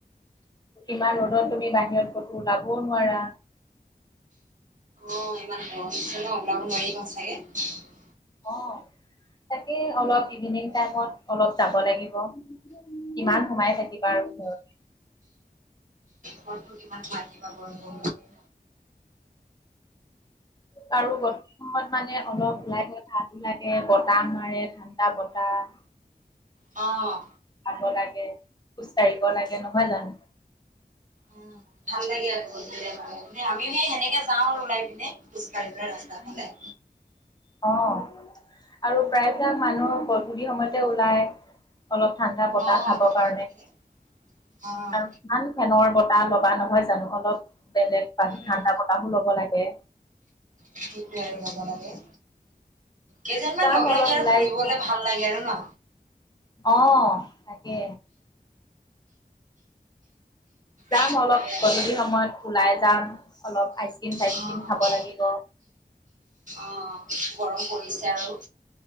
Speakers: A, on the left; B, on the right.
A: ইমান ৰ'দত তুমি বাহিৰত কতো ওলাবও নোৱাৰা।
B: অ ইমান গৰম দিছে ন ওলাব নোৱাৰি ন সঁচাকে।
A: অ তাকে অলপ ইভিনিং টাইমত অলপ যাব লাগিব। কিমান সোমাই থাকিবা আৰু ঘৰত।
B: ঘৰত নো কিমান থাকিবা গৰম গৰম কে।
A: পাৰোঁ গধুলি। সময়ত মানে অলপ ওলাই গলে ভালো লাগে বতাহ মাৰে ঠাণ্ডা বতাহ।
B: অঁ
A: খাব লাগে খোজ কাঢ়িব লাগে নহয় জানোঁ।
B: উম ভাল লাগে আৰু গধূলি সময়ত আমি এনেই সেনেকে যাওঁ আৰু ওলাই পিনে। খোজকাঢ়িবলে ৰাস্তাৰ
A: উম,
B: ফালে।
A: অ আৰু প্ৰায়বিলাক মানুহ গধুলি সময়তে ওলাই। অলপ ঠাণ্ডা বতাহ
B: অ'
A: খাব
B: গধূলি
A: কাৰণে,
B: হ'লে অ'
A: আৰু ধান ফেনৰ বতাহ ল'বা নহয় জানো অলপ বেলেগ বাহ
B: উম।
A: ঠাণ্ডা বতাহো ল'ব লাগে
B: কিটোৱে আৰু ল'ব লাগে কেইজনমান
A: যাম
B: লগ
A: অলপ
B: লাগি আৰু
A: ওলাই
B: ফুৰিবলে
A: যাম।
B: ভাল লাগে আৰু ন
A: অ তাকে যাম
B: ন'?
A: অলপ গধুলি সময়ত ওলাই যাম অলপ আইচক্ৰীম চাইচক্ৰীিম
B: অ', অ',
A: খাব লাগিব
B: অ', গৰম পৰিছে আৰু